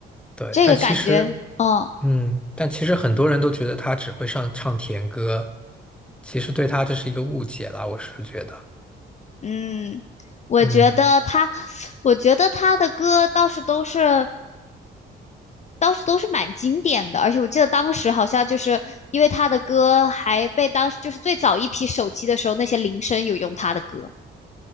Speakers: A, in the centre; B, on the left (about 35°).
A: 对，
B: 这个感觉，
A: 但其实
B: 嗯。
A: 嗯，但其实很多人都觉得他只会上唱甜歌，其实对他这是一个误解啦，我是觉得。
B: 嗯，我觉得他，
A: 嗯。
B: 我觉得他的歌倒是都是倒是都是蛮经典的，而且我记得当时好像就是因为他的歌还被当时就是最早一批手机的时候那些铃声有用他的歌。